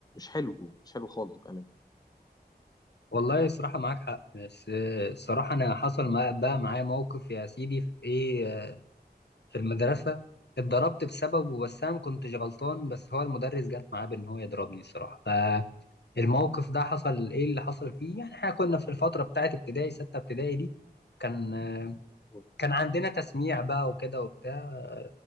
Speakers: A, on the left (about 25°); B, on the left (about 80°).
A: حلو مش حلو خالص بأمانة
B: والله صراحة معاك حق بس آه، الصراحة انا حصل معايا- بقى معايا موقف يا سيدي في ايه في المدرسة اتضربت بسببه بس أنا ما كنتش غلطان بس هو المدرس جت معاه بإن هو يضربني الصراحة فالموقف ده حصل إيه اللي حصل فيه يعني إحنا كنا في الفترة بتاعة ابتدائي ستة ابتدائي دي كان
A: مم.
B: كان عندنا تسميع بقى وكده وبتاع